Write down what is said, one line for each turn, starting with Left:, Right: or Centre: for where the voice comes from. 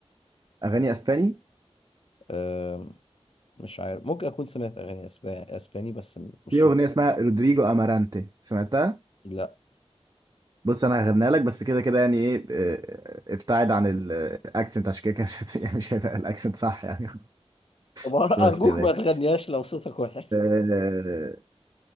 Right: اغاني اسباني
Left: أه مش عارف ممكن اكون سمعت اغاني اسباني, اسباني بس م- مش
Right: في
Left: في
Right: اغنية
Left: دماغي.
Right: اسمها رودريجو امارانتي سمعتها
Left: لا
Right: بص انا هغنيها لك بس كده كده يعني ايه آه، آه، ابتعد عن الاكسنت عشان كده كده مش- يعني مش هيبقى الاكسنت صح يعني
Left: طب ارجوك
Right: <laughs> بص يا باشا
Left: ما تغنيهاش لو صوتك وحش
Right: آه،